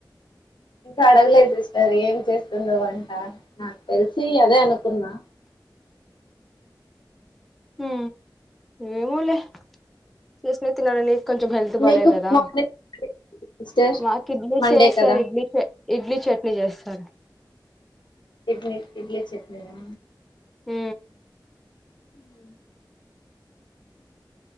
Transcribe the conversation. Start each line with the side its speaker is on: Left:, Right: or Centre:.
Left: ఇంకా అడగలేదు సిస్టర్ ఏం చేస్తుందో వంట నాకు తెలిసి అదే అనుకున్నా
Centre: ఉ ఏమోలే నీస్ నే తిన నండి కొంచెం హెల్త్ బాలేదు
Left: మీకు
Centre: కదా
Left: మార్నింగ్ సిస్టర్
Centre: మాకు ఇడ్లీ
Left: మండే
Centre: చేస్తార్
Left: కదా
Centre: ఇడ్లీ చే ఇడ్లీ చట్నీ చేస్తారు.
Left: ఇడ్లీ ఇడ్లీ చట్నీలా
Centre: హ
Left: ఉ